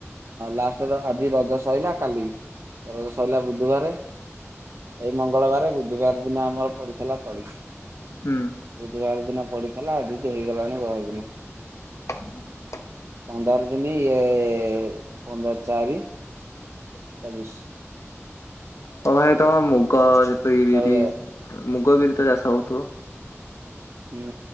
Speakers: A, on the right (about 65°); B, on the left (about 80°).
A: ଲାଷ୍ଟର ଆଜି ରଜ ସଇଲା କାଲି ରଜ ସଇଲା ବୁଧୁବାରେ ଏଇ ମଙ୍ଗଳବାରେ ବୁଧୁବାରେ ଦିନ ଆମର ପଡିଥିଲା ତଳି।
B: ହୁଁ।
A: ବୁଧୁବାର ଦିନ ପଡିଥିଲା ଆଜିିକି ହେଇଗଲାଣି ବହେ ଦିନୁ।
B: <inaudible>
A: ପନ୍ଦର ଦିନି ଇଏ ପନ୍ଦର ଚାରି
B: <inaudible>
A: <inaudible>
B: ଓ ଭାଇ ତମ ମୁଗ ଯେପରି
A: ଚଉଦ
B: ବିରି ମୁଗ ବିରି ତ ଚାଷ ହଉଥିବ।
A: ହୁଁ